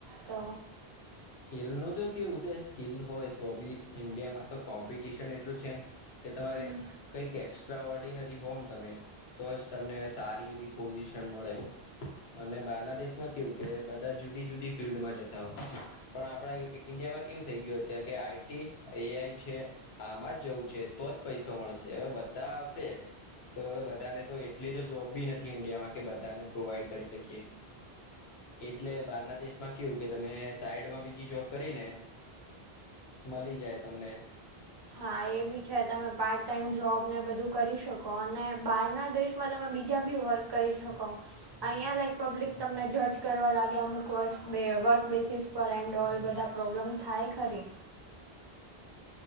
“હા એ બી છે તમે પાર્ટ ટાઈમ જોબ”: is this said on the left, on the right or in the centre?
Right